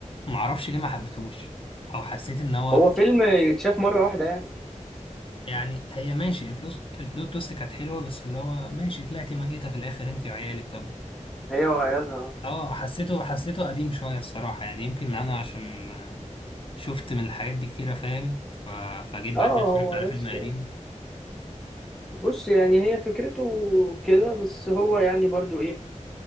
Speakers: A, on the left (about 45°); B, in the centre.
A: معرفش ليه ما حبيتهوش او حسيت ان هو
B: هو فيلم يتشاف مره واحده يعني
A: يعني هي ماشي البلوت البلوت تويست كانت حلوه بس اللي هو ماشي طلعتي ميته في الاخر انت وعيالك طب
B: هي وعيالها
A: اه حسيته حسيته قديم شويه الصراحه يعني يمكن انا عشان آه، شفت من الحاجات دي كتيره فاهم ف... فجيت بعد
B: اه آه،
A: كده اتفرجت
B: هو
A: على فيلم
B: بس
A: قديم
B: بص يعني هي فكرته كده بس هو يعني برضو ايه